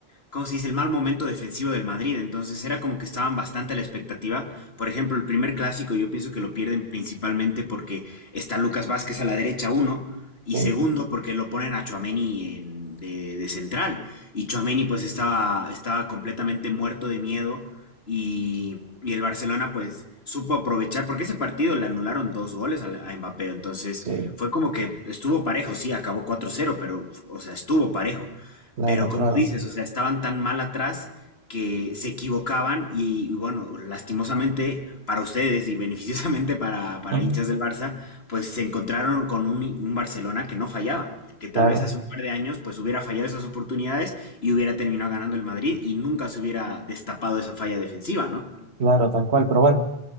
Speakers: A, on the left; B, on the right.
A: ¿cómo se dice?, el mal momento defensivo del Madrid. Entonces era como que estaban bastante a la expectativa. Por ejemplo, el primer clásico yo pienso que lo pierden principalmente porque está Lucas Vázquez a la derecha, uno. Y
B: Sí,
A: segundo, porque lo ponen a Tchouaméni en- de, de central. Y Tchouaméni pues estaba, estaba completamente muerto de miedo y, y el Barcelona pues supo aprovechar, porque ese partido le anularon dos goles al- a, Mbappé, entonces
B: sí,
A: fue como que estuvo parejo, sí, acabó cuatro cero pero, o sea, estuvo parejo.
B: claro,
A: Pero como
B: claro,
A: dices, o sea, estaban tan mal atrás que se equivocaban y, bueno, lastimosamente para ustedes y beneficiosamente para, para
B: Ujú.
A: hinchas del Barça, pues se encontraron con un, un Barcelona que no fallaba, que tal
B: claro.
A: vez hace un par de años pues hubiera fallado esas oportunidades y hubiera terminado ganando el Madrid y nunca se hubiera destapado esa falla defensiva, ¿no?
B: Claro, tal cual, pero bueno,